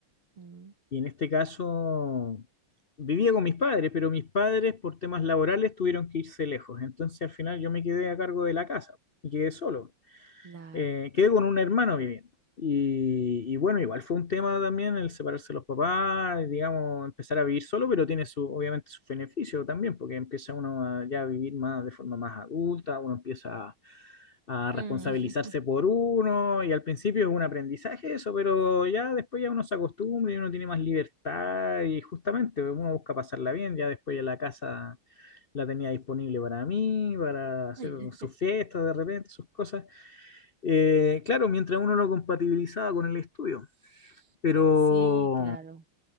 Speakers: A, on the right; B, on the left.
A: Mm,
B: Y en este caso vivía con mis padres, pero mis padres por temas laborales tuvieron que irse lejos. Entonces al final yo me quedé a cargo de la casa y quedé solo.
A: claro.
B: Eh, quedé con un hermano viviendo. Y, y bueno, igual fue un tema también el separarse de los papás, digamos, empezar a vivir solo, pero tiene su, obviamente su beneficio también, porque empieza uno a ya vivir más de forma más adulta, uno empieza a
A: Mm.
B: responsabilizarse por uno y al principio es un aprendizaje eso, pero ya después ya uno se acostumbra y uno tiene más libertad y justamente uno busca pasarla bien, ya después ya la casa la tenía disponible para mí, para hacer
A: <laughs>
B: sus fiestas de repente, sus cosas. Eh, claro, mientras uno lo compatibilizaba con el estudio, pero
A: Sí, claro.